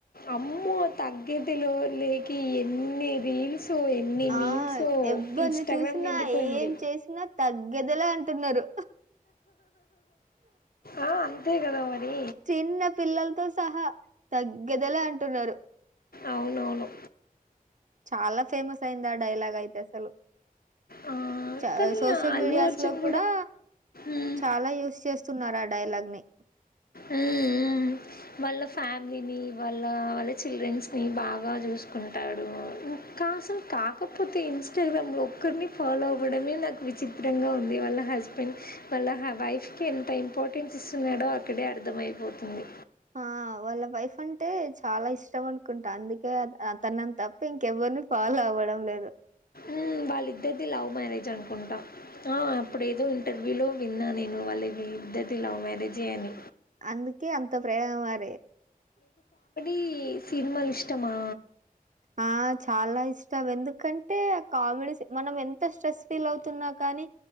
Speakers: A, on the left (about 85°); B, on the right (about 55°).
A: అమ్మో తగ్గదేలే లేకి ఎన్ని రీల్స్ ఎన్ని
B: ఆ
A: మీమ్స్
B: ఎవ్వరిని
A: ఇన్స్టాగ్రామ్
B: చూసినా
A: నిండిపోయింది
B: ఏం చేసినా తగ్గేదేలే అం తున్నరు
A: ఆ అంతే కదా మరి
B: చిన్న పిల్లలతో సహా తగ్గేదిలే అంటున్నారు.
A: అవునవును
B: చాలా ఫేమస్ అయింది ఆ డైలాగ్ అయితే అసలు
A: ఆ,
B: చ
A: కానీ
B: సోషల్
A: అల్లు
B: మీడియాస్
A: అర్జున్
B: లో కూడా
A: ఉమ్,
B: చాలా యూస్ చేస్తున్నారు ఆ డైలాగ్ ని
A: మ్మ్ మ్మ్ వాళ్ళ ఫ్యామిలీని వాళ్ళ వాళ్ళ చిల్డ్రన్స్ ని బాగా చూసుకుంటాడు ఇంకా అసలు కాకపోతే ఇన్స్టాగ్రామ్ లో ఒక్కరిని ఫాలో అవ్వడమే నాకు విచిత్రంగా ఉంది వాళ్ళ హస్ వాళ్ళ వైఫ్ కి ఎంత ఇంపార్టెన్స్ ఇస్తున్నాడో అ ఇక్కడే అర్థమయిపోతుంది
B: ఆ వాళ్ళ వైఫ్ అంటే చాలా ఇష్టం అనుకుంటా అందుకే అతన్ని తప్ప ఇంకెవ్వరిని ఫాలో అవ్వడం లేదు
A: మ్మ్ వాళ్ళిద్దరిది లవ్ మ్యారేజ్ అనుకుంటా ఆ అప్పుడేదో ఇంటర్వ్యూలో విన్నా నేను వాళ్లది ఇద్దరిది లవ్ మ్యారేజే అని
B: అందుకే అంత ప్రేమ మరీ
A: ఈ సినిమాలు ఇష్టమా
B: ఆ చాలా ఇష్టం ఎందుకంటే కామెడీ మనం ఎంత స్ట్రెస్ ఫీల్ అవుతున్నా కానీ